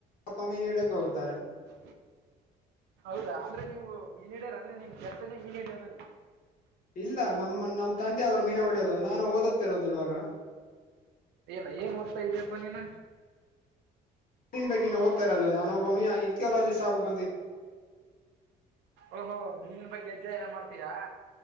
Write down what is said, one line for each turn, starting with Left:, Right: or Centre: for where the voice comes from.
Left: ಅಪ್ಪ ಮೀನು ಹಿಡಿಯಕ್ಕೆ ಹೋಗುತ್ತಾರೆ
Right: ಹ ಹೌದಾ ಅಂದ್ರೆ ನೀವು ಮೀನ್ ಇಡ್ಯಾರ ಅನ್ನೇ ನಿನ್ ಕೆಲ್ಸನೇ ಮೀನ್ ಇಡಿಯದನ್ನ
Left: ಇಲ್ಲ ನಮ್ಮ ನಮ ತಂದೆ ಅವರು ಮೀನು ಹೊಡ್ಯೋದು ನಾನು ಓದುತ್ತಿರೋದು ಇವಾಗ
Right: ಏನ ಏನ್ ಓದ್ತಾ ಇದಯಪ್ಪ ನೀನ
Left: ಬಗ್ಗೆನೆ ಹೋತಾಇರೋದು ಅದು ನಾನ ಒಬ್ಬಮ್ಮ ಇಥಿಯಾಲಜಿಸ್ಟ್ ಆಬೇಕ
Right: ಓಹೋ ಮೀನು ಬಗ್ಗೆ ಅಧ್ಯಯನ ಮಾಡ್ತಿಯಾ